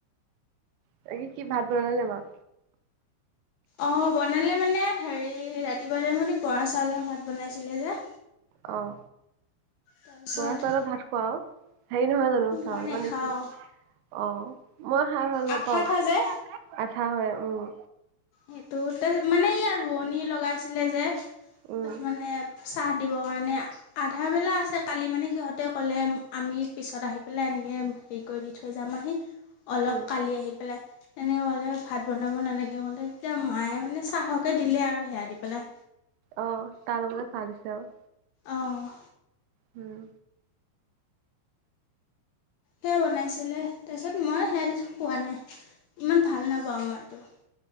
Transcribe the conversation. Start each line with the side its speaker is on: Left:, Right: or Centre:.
Right: তাকে কি ভাত বনালে বাও।
Left: অঁ বনালে মানে হেৰি ৰাতিপুৱাতে মানে বৰা চাউলৰ ভাত বনাইছিলে যে।
Right: অঁ,
Left: তাৰপিছত
Right: বৰা চাউলৰ ভাত খোৱা আও? হেৰি নহয় জানো চাউল
Left: মই নেখাওঁ।
Right: মানে কি অঁ মই খায় ভাল
Left: আঠা
Right: নাপাওঁ।
Left: আঠা যে
Right: আঠা হয় উম।
Left: সেইটোতে মানে ইয়াৰ ৰোৱনী লগাইছিলে যে
Right: উম
Left: তাত মানে চাহ দিব কাৰণে আধা বেলা আছে, কালি মানে সিহঁতে ক'লে আমি পিছত আহি পেলাই এনেকে হেৰি কৰি দি থৈ যাম আহি। অলপ
Right: উম
Left: কালি আহি পেলাই তেনেকে কলে ভাত বনাব নালাগে কলে। এতিয়া মায়ে মানে চাহকে দিলে আৰু সেয়া দি পেলাই।
Right: অঁ তাৰ লগতে চাহ দিছে আও।
Left: অঁহ।
Right: উম।
Left: সেয়া বনাইছিলে, তাৰপিছত, মই সেয়া দি খোৱা নাই ইমান ভাল নাপাওঁ মই এইটো।